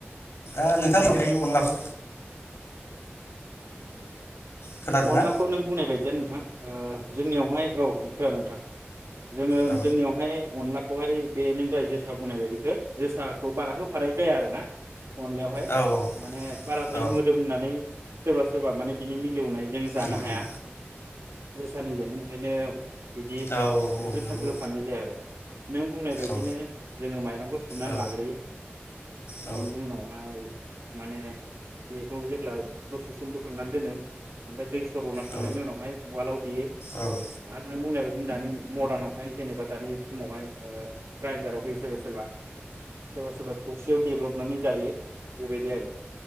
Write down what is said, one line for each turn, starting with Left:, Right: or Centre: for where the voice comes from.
Left: दा नोंथां <unintelligible> अनलाखौ? खोनादोंना
Right: अनलाखौ नों बुंनाय बायदियान नोंथां। ओ जोंनियावहाय औ खोनादो नोंथां जोङो
Left: औ
Right: जोंनियावहाय अनलाख खौहाय बे नों दहाय जोसा बुंनाय बायदिखो जोसा खौ बारा होफानाय जाया आरोना अनलायावहाय
Left: औ औ
Right: माने बाराद्राय
Left: औ
Right: मोदोमनानै सोरबा सोरबा माने बिनि मिलौनाय जों जानो
Left: उम
Right: हाया।
Left: उम
Right: जोसानिजों ओंखायनो बिदि
Left: औ औ औ
Right: जोसाखौ
Left: नंगौ
Right: होफानाय जाया आरो नों बुंनाय बायदिनो
Left: औ
Right: जोङो माइरंखौ सोमनानै
Left: औ
Right: लाग्रोयो
Left: औ
Right: बिनि उनावहाय माने बेखौ जेब्ला दसे सम बोखांनानै दोनो ओफ्राय दै स सर'ना खांनायनि
Left: औ
Right: उनावहाय उवालाव देयो
Left: औ उम
Right: आरो नों बुंनाय बायदिनि मदार्नाव फाय जेनेबा दानि समावहाय ओ ग्राइनदाराव होयोस सोरबा सोरबा। सोरबा सोरबा थौसियाव देब्रब नानै जायो बेबायदि आरो।